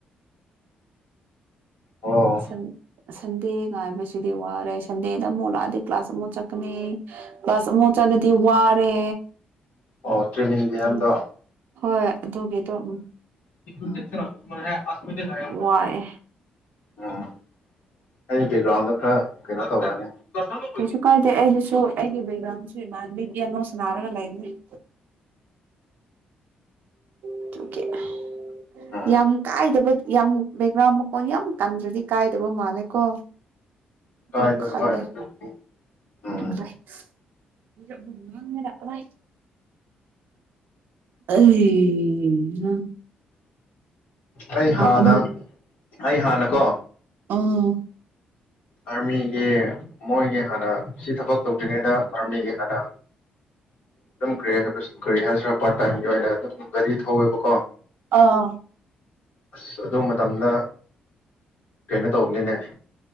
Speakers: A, on the left; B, on the right.
A: ꯑꯣ
B: ꯁꯟ ꯁꯟꯗꯦ ꯉꯥꯏꯕꯁꯤꯗꯤ ꯋꯥꯔꯦ ꯁꯟꯗꯦꯗ ꯑꯃꯨꯛ ꯂꯥꯛꯑꯗꯤ ꯀ꯭ꯂꯥꯁ ꯑꯃꯨꯛ ꯆꯠꯀꯅꯤ ꯀ꯭ꯂꯥꯁ ꯑꯃꯨꯛ ꯆꯠꯂꯗꯤ ꯋꯥꯔꯦ
A: ꯑꯣ ꯇ꯭ꯔꯦꯅꯤꯡꯒꯤ
B: ꯈꯪꯗ‌ꯦ
A: ꯍꯥꯏꯕꯗꯣ
B: ꯍꯣꯏ ꯑꯗꯨꯒꯤꯗ‌ꯣ ꯎꯝ
A: <unintelligible>
B: ꯋꯥꯏꯑꯦ
A: ꯎꯝ ꯑꯩ ꯕꯦꯛꯒ꯭ꯔꯥꯎꯟꯗ ꯈꯔ ꯀꯩꯅꯣ ꯇꯧꯔꯅꯦ <unintelligible>
B: ꯀꯩꯁꯨ ꯀꯥꯏꯗꯦ ꯑꯩꯗꯁꯨ ꯑꯩꯒꯤ ꯕꯩꯒ꯭ꯔꯥꯎꯟꯁ‌ꯦ ꯏꯃꯥꯟꯕꯤ ꯄꯤꯌꯥꯅꯣ ꯁꯅꯥꯔꯒ ꯂꯩꯕꯅꯤ <unintelligible>
A: ꯎꯝ
B: ꯌꯥꯝ ꯀꯥꯏꯗꯕ ꯌꯥꯝ ꯕꯦꯛꯒ꯭ꯔꯥꯎꯟ ꯃꯈꯣꯟ ꯌꯥꯝ ꯀꯟꯗ꯭ꯔꯗꯤ ꯀꯥꯏꯗꯕ ꯃꯥꯜꯂꯦꯀꯣ
A: ꯀꯥꯏꯗ
B: ꯗꯨꯝ ꯈꯜꯂꯦ
A: ꯍꯣꯏ ꯑꯗꯨꯕꯨꯗꯤ ꯎꯝ
B: <unintelligible> ꯑꯩꯍꯥ
A: ꯑꯩ ꯍꯥꯟꯅ
B: ꯑꯃꯨꯛ
A: ꯑꯩ ꯍꯥꯟꯅꯀꯣ
B: ꯑꯥ
A: ꯑꯥꯔꯃꯤꯒꯤ ꯃꯣꯏꯒꯤ ꯍꯥꯟꯅ ꯁꯤ ꯊꯕꯛ ꯇꯧꯗ꯭ꯔꯤꯉꯩꯗ ꯑꯥꯔꯃꯤꯒꯤ ꯍꯥꯟꯅ ꯑꯗꯨꯝ ꯀꯔꯤ ꯍꯥꯏꯕꯁ ꯀꯔꯤ ꯍꯥꯏꯁꯤꯔꯥ ꯄꯥꯔꯠ ꯇꯥꯏꯝꯒꯤ ꯑꯣꯏꯅ ꯑꯗꯨꯝ ꯒꯥꯔꯤ ꯊꯧꯋꯦꯕꯀꯣ
B: ꯑꯥ
A: ꯑꯁ ꯑꯗꯨ ꯃꯇꯝꯗ ꯀꯩꯅꯣ ꯇꯧꯕꯅꯤꯅꯦ